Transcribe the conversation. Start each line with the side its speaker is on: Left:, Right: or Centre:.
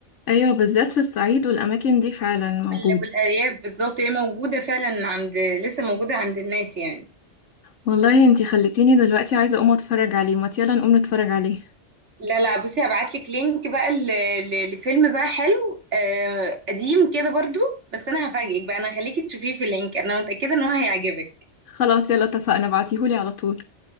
Left: ايوه بالذات في الصعيد والاماكن دي فعلا موجود
Right: وال- والارياف بالظبط هي موجوده فعلا عند لسه موجوده عند الناس يعني
Left: والله انتي خلتيني دلوقتي عايزه اقوم اتفرج عليه ما يلا نقوم نتفرج عليه
Right: لا لا بصي هبعت لك لينك بقى ل- ل- لفيلم بقى حلو آه، قديم كده برضو بس انا هفاجئك بقى انا هخليكي تشوفيه في اللينك انا متاكده ان هو هيعجبك
Left: خلاص يلا اتفقنا بعتيهولي على طول